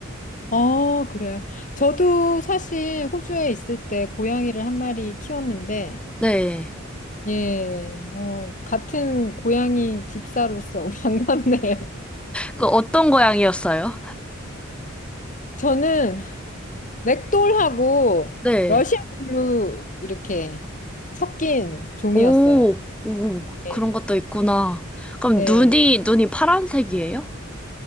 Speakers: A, on the left; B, in the centre.
A: 어, 그래요. 저도 사실 호주에 있을 때 고양이를 한 마리 키웠는데,
B: 네.
A: 예, 어, 같은 고양이 집사로서 <laughs> 반갑네요.
B: 그 어떤 고양이였어요?
A: 저는 렉돌하고
B: 네.
A: 러시안 블루 이렇게 섞인 종이었어요.
B: 오, 오,
A: 네.
B: 그런 것도 있구나. 그럼
A: 네.
B: 눈이, 눈이 파란색이에요?